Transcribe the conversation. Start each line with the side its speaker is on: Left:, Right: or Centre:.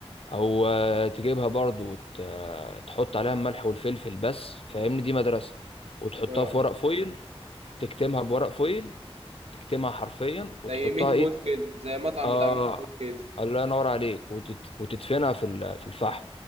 Left: او آه، تجيبها برضو وت... آه، تحط عليها الملح والفلفل بس فاهمني دي مدرسه وتحطها
Right: اه
Left: في ورق فويل تكتمها بورق فويل تكتمها حرفيا وتحطها
Right: زي ميت موت
Left: ايه
Right: كده زي مطعم
Left: اه
Right: بتاع ميت موت كده
Left: الله ينور عليك وتت... وتدفنها في ال... في الفحم